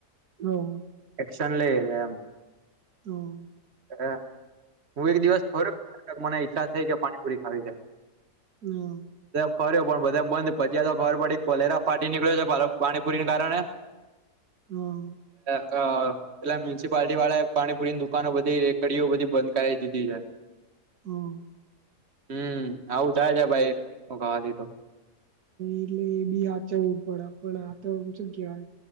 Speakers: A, on the right; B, on the right.
A: હું
B: શન લઈ રહ્યા એમ.
A: તો.
B: હ હું એક દિવસ ખોર મને ઈચ્છા થઈ કે પાણીપુરી ખાવી છેાય.
A: હમ.
B: ફર્યો પણ બધા બંધ પચયા તો ખબર પડી કોલેરા ફાટી નીકળ્યો છે પાણીપુરીને કારણે.
A: હા.
B: અ એટલે મ્યુનિસિપાલટી વાળા પાણીપુરીની દુકાનો બધી એક કડીઓ બધી બંધ કરીાવી દીધી છે.
A: હા.
B: હમ આવું થાય છે ભાઈ ખાવાથી તો.
A: એટલે એ બી આચરવું પડે પણ આ તો એમ શું કવાય.